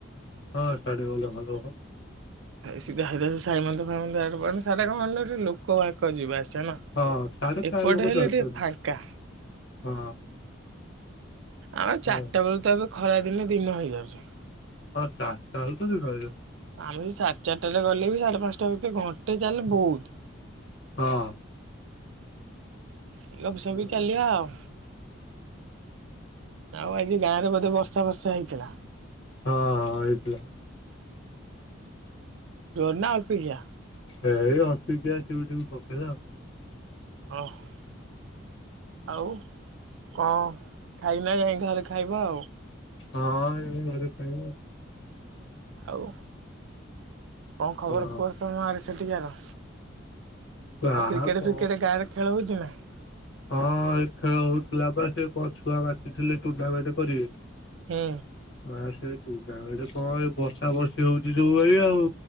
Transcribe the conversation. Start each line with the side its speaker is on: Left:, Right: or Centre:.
Left: ହଁ ସାଡେ ଗଲେ ଭଲ
Right: ସେ
Left: ହବ
Right: ସିଧା ସିଧା ସାଇ ମନ୍ଦିର ଫାଇ ମନ୍ଦିର ଆଡେ ପଳାନ୍ତି ସ୍ୟାଡ଼େ କଣ ହେଲେ ଟିକେ ଲୋକ ବାକ ଯିବା ଆସ୍ ଚେ ନା
Left: ହଁ ସାଡେ ପ୍ରାୟ
Right: ଏପଟେ
Left: ଲୋକ
Right: ହେଲେ
Left: ଯାଉଛନ୍ତି।
Right: ଟିକେ ଫାଙ୍କା।
Left: ହଁ।
Right: ଆମେ ଚାରଟା
Left: ହଁ
Right: ବେଳୁ ତ ଏବେ ଖରା ଦିନେ ଦିନ ହେଇଯାଉଚି।
Left: ହଁ ଚାରଟା ଅଳୁ ତ ଦିନ ହେଇଯାଉଚି।
Right: ଆମେ ସାଢେ ଚାରିଟା ବେଳେ ଗଲେ ବି ସାଢେ ପାଞ୍ଚଟା ଭିତରେ ଘଣ୍ଟେ ଚାଲ ବହୁତ।
Left: ହଁ।
Right: ଏ ଗପ ସପ ହେଇ
Left: ହଁ ହଁ
Right: ଚାଲିବା ଆଉ ଆଉ ଆଜି ଗାଁରେ ବୋଧେ ବ ବର୍ଷା ଫର୍ଷା ହେଇଥିଲା?
Left: ହଁ ହଁ ହେଇଥିଲା।
Right: ଜୋରେ ନା ଅଳ୍ପ କିଆ?
Left: ଏଇ ଅଳ୍ପିକିଆ ଟିପି ଟିପି ପକେଇଲା ଆଉ।
Right: ଓହୋ ଆଉ କଣ ଖାଇନା ଯାଇ ଘରେ ଖାଇବ ଆଉ।
Left: ହଁ ଏ ଘର ଖ
Right: ଆଉ କଣ ଖବର
Left: ହଁ
Right: କୁହ ତୁମ ଆର ସେଠିକାର-
Left: କା
Right: ଆଉ କ୍ରିକେଟ
Left: କଣ
Right: ଫ୍ରିକେଟ ଗାଁରେ ଖେଳ ହଉଛି <unintelligible>
Left: ହଁ ଖେଳ ହଉଥିଲା ବା ସେ କଣ ଛୁଆ ବାଟିଥିଲେ ଟୁର୍ଣ୍ଣାମେଣ୍ଟ କରିବେ
Right: ହୁଁ
Left: ହ ସେ ତୁ କଣ ଏଇ ବର୍ଷା ବର୍ଷି ହଉଛି ଯଉ ଭାଇ ଆଉ